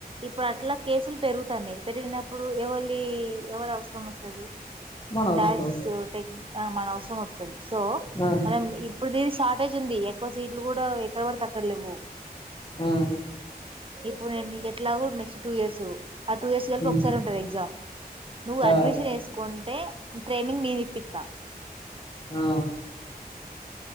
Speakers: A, on the right; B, on the left.
A: ఇప్పుడు అట్లా కేసులు పెరుగుతాన్నాయి పెరిగినప్పుడు ఎవలిది ఎవరి అవసరం వస్తది
B: మన అవసరం
A: డయాలసిస్ టె మన అవసరం వత్తది సో
B: ఆ
A: మనం ఇప్పుడు ద షార్ట్ అడ్వాన్టేజ్ ఉంది ఎక్కువ సీట్లు కూడా ఎక్కడ కూడా పడితే అక్కర్లేవ్వు
B: ఆ
A: ఇప్పుడు నేను నీకు ఎట్లాగ నెక్స్ట్ టూ ఇయర్స్ ఆ టూ ఇయర్స్ కలిపి
B: ఉమ్,
A: ఒకసారి ఉంటది ఎగ్జామ్ నువ్వు అడ్మిషన్
B: ఆ
A: వేసుకుంటే ట్రైనింగ్ నేను ఇప్పిత్తా
B: ఆ